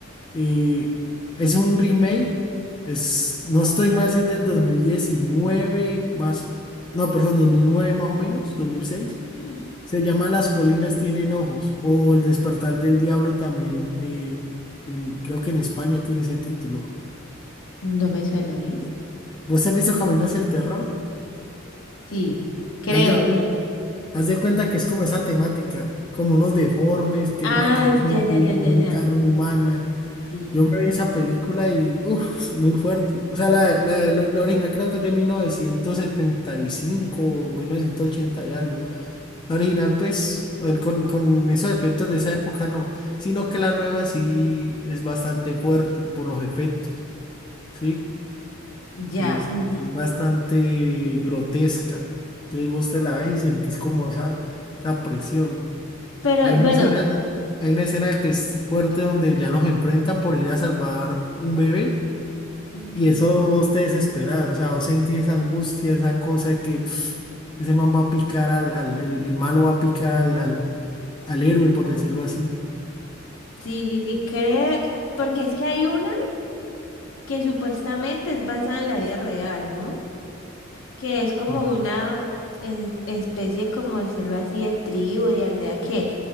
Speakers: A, on the left; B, on the left.
A: Y es un remake, es, no estoy mal si es del 2019 más, no, perdón, 2009 más o menos, dos mil seis
B: Mm,
A: Se llama Las colinas tienen ojos o El despertar del diablo también, eh, en- creo que en España tiene ese título.
B: No me suena, ¿oís?
A: ¿Vos has visto Camino hacia el terror?
B: Sí, creo.
A: Haz de, cuen- haz de cuenta que es como esa temática, como unos deformes que
B: Ah,
A: matan gente
B: ya, ya,
A: y
B: ya,
A: comen
B: ya, ya.
A: carne humana.
B: Sí,
A: Yo me vi esa película y, uff, muy fuerte. O sea, la, la, la original creo que es de 1975 o 1980 y algo. La original, pues, eh, con, con esos efectos de esa época no, sino que la nueva sí es bastante fuerte por los efectos, ¿sí?
B: ya.
A: Es,
B: mm.
A: es bastante grotesca. Entonces vos te la ves y sentís como esa, esa presión.
B: Pero
A: Hay una
B: bueno,
A: escena- hay una escena que es fuerte donde ya los enfrentan por ir a salvar un bebé.
B: mm,
A: Y eso vos te desesperás, o sea, vos sentís esa angustia, esa cosa de que ese man va a picar al, al- el, el malo va a picar al, al, al héroe, por decirlo así.
B: sí, sí, sí, creo, porque es que hay una que supuestamente es basada en la vida real, ¿no? que es como
A: Ujú.
B: una eh, especie, como decirlo así, de tribu, de aldea que